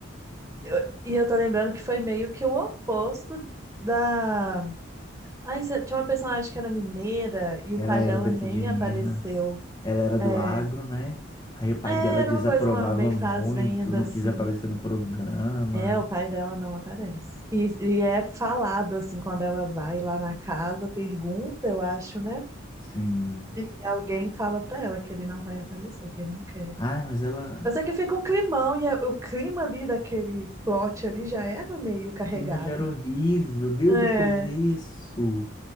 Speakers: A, on the right (about 15°); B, on the left (about 20°).
A: Eu- e eu tô lembrando que foi meio que o oposto da. Ai, cê- tinha uma personagem que era mineira e o
B: Ela
A: pai
B: era
A: dela
B: daqui
A: nem
B: de Minas,
A: apareceu.
B: ela era do
A: É,
B: agro, né? Aí o pai
A: é,
B: dela
A: era
B: desaprovava
A: uma coisa, uma meio
B: muito,
A: fazenda,
B: não
A: assim.
B: quis aparecer no programa.
A: É, o pai dela não aparece. E, e é falado, assim, quando ela vai lá na casa, pergunta, eu acho, né?
B: Sim.
A: E alguém fala pra ela que ele não vai aparecer, que ele não quer.
B: Ah, mas ela.
A: Eu sei que fica um climão e é- o clima ali daquele plot ali já era meio carregado.
B: O clima já era horrível desde
A: É.
B: o começo.